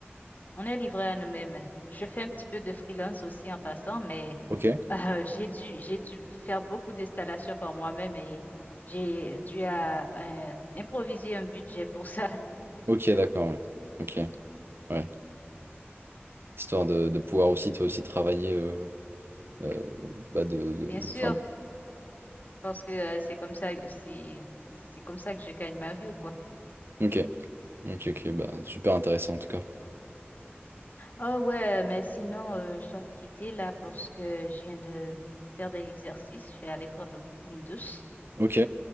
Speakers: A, on the left (about 40°); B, on the right (about 60°).
A: On est livré à nous-mêmes. Je fais un petit peu de freelance aussi en passant, mais
B: Ok,
A: euh, <laughs> j'ai dû, j'ai dû faire beaucoup d'installations par moi-même et j'ai dû à, euh, improviser un budget pour ça.
B: ok, d'accord, ouais. Ok, ouais. histoire de, de pouvoir aussi toi aussi travailler euh, euh, bah de, de-
A: <laughs> Bien sûr.
B: enfin
A: Parce que euh, c'est comme ça, c'est c'est comme ça que je gagne ma vie ou quoi.
B: ok ok ok bah super intéressant en tout cas
A: Oh ouais, mais sinon, euh, je dois te quitter là parce que je viens de faire des exercices. Je vais aller prendre une douche.
B: ok